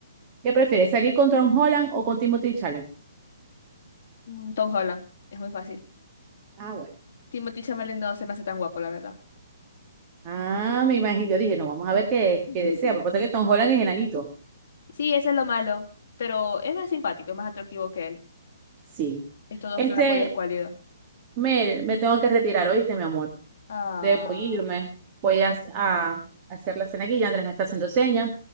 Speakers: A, on the right (about 20°); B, on the left (about 45°).
A: ¿Qué prefieres, salir con Tom Holland o con Timothy Challenge?
B: Mm, Tom Holland, es muy fácil.
A: Ah, bueno.
B: Timothy Chalamet no se me hace tan guapo, la verdad.
A: Ah, me imagino. Yo dije, no, vamos a ver qué,
B: <laughs>
A: qué desea. Pero pasa que Tom Holland es enanito.
B: Sí, eso es lo malo, pero es más simpático, es más atractivo que él.
A: Sí.
B: Es todo
A: Este,
B: flaco y escuálido.
A: Mel, me tengo que retirar, ¿oíste, mi amor?
B: Ah,
A: Debo irme. Voy a, a hacer la cena aquí. Ya Andrés me está haciendo señas